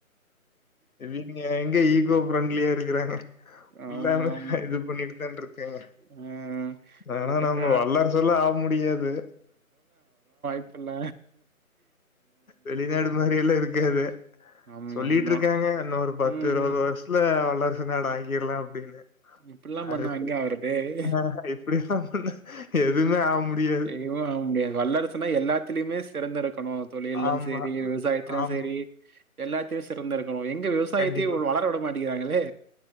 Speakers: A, on the left; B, on the right.
A: இங்க எங்க ஈகோ பிரப்ரெண்ட்லியா இருக்கறாங்க
B: ஆமா
A: எல்லாமே
B: ஆமா
A: இது பண்ணிட்டுதா இருக்கேங்க
B: ஆ
A: ஆனா
B: கிட்டத்தட்ட
A: நம்ம வல்லரசால ஆக முடியாது
B: இல்ல
A: வெளிநாடு மாரி எல்லா இருக்காது
B: ஆமா
A: சொல்லிட்ருக்காங்க
B: ஆமா
A: இன்னொரு பத்து
B: ம்
A: இருவது
B: ம்
A: வருஷத்துல வல்லரசு நாடா ஆகிட்லா அப்டின்னு
B: இப்பிட்லா
A: அடக்
B: பண்ணா எங்க
A: இப்டி
B: ஆவுறது
A: ஆ எப்டி சொல்ல எதுவுமே ஆக முடியாது
B: செய்வு ஆவ முடியாது வல்லரசுன்னா எல்லாத்துலயுமே சிறந்து இருக்கணு தொழிலு
A: ஆமா.
B: சேரி விவசாயத்திலு
A: ஆமா.
B: சேரி எல்லாத்தையு சிறந்து இருக்கணு எங்க விவ விவசாயத்தே
A: கண்டிப்பா.
B: இவுங்க வளர விட மாட்டேங்கிறாங்களே